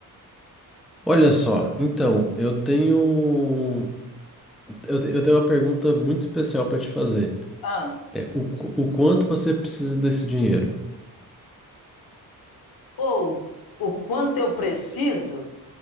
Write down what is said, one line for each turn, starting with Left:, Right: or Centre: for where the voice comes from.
Centre: Olha só, então, eu tenho eu, te- eu tenho uma pergunta muito especial para te fazer.
Left: Ah,
Centre: É o, qu- o quanto você precisa desse dinheiro?
Left: ou o quanto eu preciso?